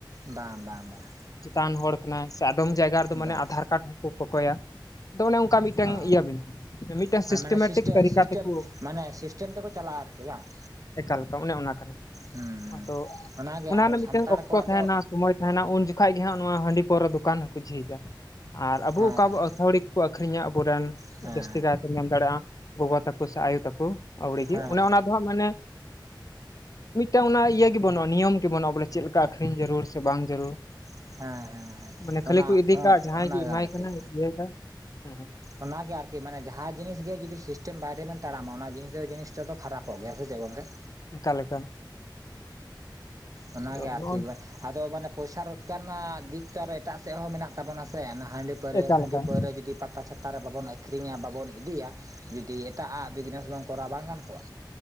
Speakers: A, on the right; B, on the left.
A: ᱵᱟᱝ ᱵᱟᱝ ᱵᱟᱝ
B: ᱴᱟᱱ ᱦᱚᱲ ᱠᱟᱱᱟ ᱥᱮ ᱟᱫᱚᱢ ᱡᱟᱭᱜᱟ ᱨᱮᱫᱚ ᱢᱟᱱᱮ
A: ᱵᱟᱝ
B: ᱟᱫᱷᱟᱨ ᱠᱟᱨᱰ ᱦᱚᱸᱠᱚ ᱠᱚᱠᱚᱭᱟ ᱟᱫᱚ ᱚᱱᱮ ᱚᱱᱠᱟ ᱢᱤᱫᱴᱟᱱ
A: ᱚ
B: ᱤᱭᱟᱹ ᱢᱮᱱᱟᱜᱼᱟ ᱢᱤᱫᱴᱟᱱ
A: ᱦᱮᱸ
B: ᱥᱤᱥᱴᱮᱢᱮᱴᱤᱠ
A: ᱢᱟᱱᱮ ᱥᱤᱥᱴᱮᱢ
B: ᱛᱟᱹᱨᱤᱠᱟ
A: ᱥᱤᱥᱴᱮᱢ
B: ᱛᱮᱠᱚ
A: ᱢᱟᱱᱮ ᱥᱤᱥᱴᱮᱢ ᱛᱮᱠᱚ ᱪᱟᱞᱟᱜᱼᱟ ᱟᱨᱠᱤ ᱵᱟᱝ
B: ᱮᱠᱟᱞᱮᱠᱟ ᱚᱱᱮ ᱚᱱᱟ ᱠᱟᱱᱟ
A: ᱦᱩᱸ
B: ᱟᱫᱚ
A: ᱚᱱᱟᱜᱮ
B: ᱚᱱᱟ
A: ᱟᱨᱚ
B: ᱨᱮᱱᱟᱜ
A: ᱥᱟᱱᱛᱟᱲ
B: ᱢᱤᱫᱴᱮᱱ ᱚᱠᱛᱚ
A: ᱠᱚᱣᱟᱜ
B: ᱛᱟᱦᱮᱱᱟ
A: ᱫᱚ
B: ᱥᱚᱢᱚᱭ ᱛᱟᱦᱮᱱᱟ ᱩᱱ ᱡᱚᱠᱷᱟ ᱜᱮ ᱦᱟᱸᱜ ᱱᱚᱣᱟ ᱦᱟᱺᱰᱤ ᱯᱟᱹᱣᱨᱟ. ᱫᱚᱠᱟᱱ ᱦᱚᱸᱠᱚ ᱡᱷᱤᱡᱟ ᱟᱨ ᱟᱵᱚ
A: ᱦᱮᱸ
B: ᱚᱠᱟ
A: ᱦᱮᱸ
B: ᱵᱚ ᱟᱹᱛᱷᱟᱹᱲᱤ ᱠᱚ ᱟᱹᱷᱨᱤᱧᱟ ᱟᱵᱚᱨᱮᱱ
A: ᱦᱮᱸ
B: ᱡᱟᱹᱥᱛᱤ ᱠᱟᱭᱛᱮ ᱢᱮᱱ ᱫᱟᱲᱮᱭᱟᱜᱼᱟ ᱜᱚᱜᱚ ᱛᱟᱠᱚ ᱥᱮ ᱟᱭᱳ ᱛᱟᱠᱚ ᱟᱹᱣᱲᱤᱜᱮ
A: ᱦᱮᱸ
B: ᱚᱱᱮ ᱚᱱᱟ ᱫᱚ ᱦᱟᱸᱜ ᱢᱟᱱᱮ ᱢᱤᱫᱴᱟᱝ ᱚᱱᱟ ᱤᱭᱟᱹ ᱜᱮ ᱵᱟᱹᱱᱩᱜᱼᱟ ᱱᱤᱭᱚᱢ ᱜᱮ ᱵᱟᱹᱱᱼᱟ ᱵᱚᱞᱮ ᱪᱮᱫ ᱞᱮᱠᱟ ᱟᱠᱷᱨᱤᱧ ᱡᱟᱹᱨᱩᱲ ᱥᱮ ᱵᱟᱝ ᱡᱟᱹᱨᱩᱲ
A: ᱦᱮᱸ ᱦᱮᱸ ᱦᱮᱸ ᱦᱮᱸ
B: ᱢᱟᱱᱮ ᱠᱷᱟᱹᱞᱤ
A: ᱚᱱᱟ
B: ᱠᱚ ᱤᱫᱤ ᱠᱟᱜ ᱡᱟᱦᱟᱸᱭ
A: ᱚᱱᱟᱜᱮ
B: ᱜᱮ ᱮᱢᱟᱭ
A: ᱟᱨᱠᱤ
B: ᱠᱟᱱᱟ ᱤᱭᱟᱹᱭ ᱫᱟᱭ ᱦᱮᱸᱸ
A: ᱚᱱᱟᱜᱮ ᱟᱨᱠᱤ ᱢᱟᱱᱮ ᱡᱟᱦᱟᱸ ᱡᱤᱱᱤᱥ ᱜᱮ ᱟᱨᱠᱤ ᱡᱩᱫᱤ ᱥᱤᱥᱴᱮᱢ ᱵᱟᱭᱨᱮᱵᱤᱱ ᱛᱟᱲᱟᱢᱟ ᱚᱱᱟ ᱡᱤᱱᱤᱥ ᱫᱚ ᱡᱤᱱᱤᱥᱴᱟ ᱫᱚ ᱠᱷᱟᱨᱟᱯᱚᱜ ᱜᱮᱭᱟ ᱥᱮ ᱪᱮᱫ ᱜᱚᱝᱠᱮ
B: ᱮᱠᱟᱞ ᱮᱠᱟᱞ
A: ᱚᱱᱟᱜᱮ
B: ᱟᱫᱚ
A: ᱟᱨᱠᱤ
B: ᱱᱚᱜᱼᱚ
A: ᱟᱫᱚ ᱢᱟᱱᱮ ᱯᱚᱭᱥᱟ ᱨᱳᱡᱽᱠᱟᱨ ᱨᱮᱱᱟᱜ ᱫᱤᱠ ᱴᱟᱜ ᱮᱴᱟᱜ ᱥᱮᱫ ᱦᱚᱸ ᱢᱮᱱᱟᱜ ᱛᱟᱵᱚᱱᱟ ᱥᱮ ᱦᱟᱺᱰᱤ ᱯᱮ
B: ᱮᱠᱟᱞ
A: <unintelligible> ᱦᱟᱹᱰᱤ
B: ᱮᱠᱟᱞ
A: ᱯᱟᱹᱣᱨᱟ ᱨᱮ ᱡᱩᱫᱤ ᱯᱟᱛᱟ ᱪᱷᱟᱛᱟ ᱨᱮ ᱵᱟᱵᱚᱱ ᱟᱹᱠᱷᱨᱤᱧᱟ ᱵᱟᱵᱚᱱ ᱤᱫᱤᱭᱟ ᱡᱩᱫᱤ ᱮᱴᱟᱜᱼᱜ ᱵᱤᱡᱽᱱᱮᱥ ᱵᱚᱱ ᱠᱚᱨᱟᱣ ᱵᱟᱝ ᱜᱟᱱ ᱠᱚᱜᱼᱟ